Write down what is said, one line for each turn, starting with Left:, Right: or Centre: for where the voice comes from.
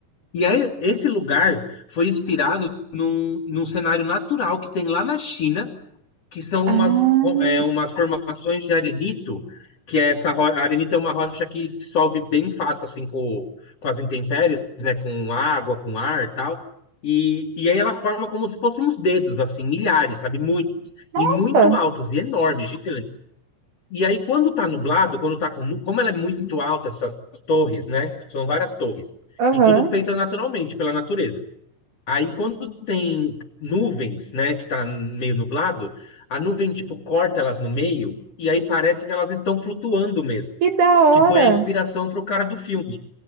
Left: E aí, esse lugar foi inspirado num, num cenário natural que tem lá na China, que são
Right: Ah,
Left: umas, co- é, umas formações de arenito, que é essa ro- a arenito é uma rocha que dissolve bem fácil, assim, com, com as intempéries, né? Com água, com ar e tal. E, e aí ela forma como se fossem uns dedos, assim, milhares, sabe? Muitos.
Right: nossa,
Left: E muito altos, e enormes, gigantes. E aí, quando tá nublado, quando tá com, nu- como ela é muito alta, essas torres, né? São várias torres.
Right: aham.
Left: E tudo feita naturalmente, pela natureza. Aí, quando tem nuvens, né? Que tá meio nublado, a nuvem, tipo, corta elas no meio. E aí parece que elas estão flutuando mesmo.
Right: Que da hora,
Left: Que foi a inspiração pro cara do filme.